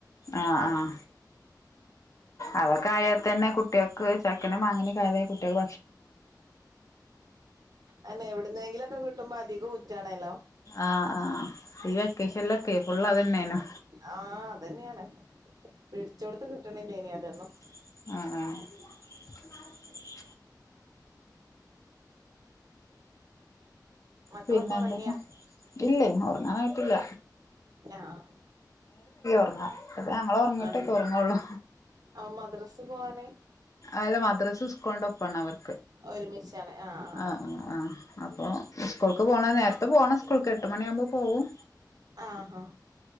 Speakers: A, on the left; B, on the right.
A: ആഹ ആഹ അതൊക്കെ ആയാൽ തന്നെ കുട്ടികൾക്ക് ചക്കനും മാങ്ങനക്കത കുട്ടികൾ
B: അന്നെ എവിടുന്നെങ്കിലൊക്കെ കിട്ടുമ്പോ അധികം ഉ- റ്റാണല്ലോ
A: ആഹ ആഹ് ഈ വെക്കേഷനിലൊക്കെ ഫുള്ള് അതന്നേനു
B: ആഹ അതന്നെയാണ് പിടിച്ച കൊടുത്ത് കിട്ടണില്ലേ ഇനി <unintelligible>
A: ആ <unintelligible> <unintelligible>
B: മക്കളൊക്കെ
A: പിന്നെ
B: ഉറങ്ങിയാ
A: എന്തൊക്കെ ഇല്ലേ ഉറങ്ങാനായിട്ടില്ല
B: ആഹ്
A: അണ <unintelligible> അത് ഞങ്ങൾ ഉറങ്ങിട്ടേക്കെ
B: ആണല്ലേ
A: ഉറങ്ങള്ളൂ
B: ആഹ് മദ്രസ് പോവാന്
A: അല്ല മദ്രസ് സ്‌കൂൾന്റെ ഒപ്പ അവർ
B: ഒരുമിച്ചാണ് ആഹ്
A: ആ ആ ആ അപ്പോ സ്കൂൾക്ക് പോണ നേരത്തെ പോണം സ്കൂൾക്ക് എട്ട് മണിയാകുമ്പോൾ പോവും
B: ആഹ് ആഹ്